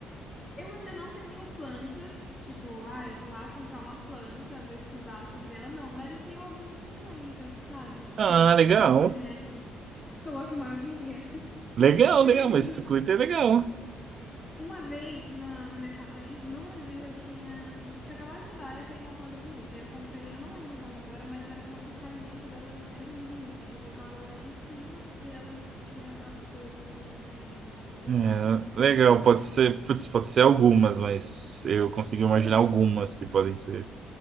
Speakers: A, on the left; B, on the right.
A: Eu ainda não tenho plantas, tipo, ah, eu vou lá comprar uma planta, vou estudar sobre ela, não, mas eu tenho algumas suculentas, sabe? Que
B: Ah,
A: que eu
B: legal.
A: <laughs> viro e mexe, <laughs> coloco uma aguinha. <laughs>
B: Legal,
A: Só
B: legal,
A: que o
B: mas
A: duro,
B: suculenta é legal.
A: Uma vez na, na minha casa em- no Brasil eu tinha, eu tinha acabado de mudar, e eu queria uma planta bonita. Eu comprei, eu não lembro o nome agora, mas era uma que o caimento dela era, era lindo. Tipo, eu colocava ela em cima e ela tinha as flores assim caindo, sabe? Meus
B: É,
A: gatos ficavam brincando
B: legal, pode
A: lá,
B: ser,
A: enfim.
B: putz, pode ser algumas, mas eu consegui imaginar
A: Eu acho
B: algumas
A: que
B: que podem ser.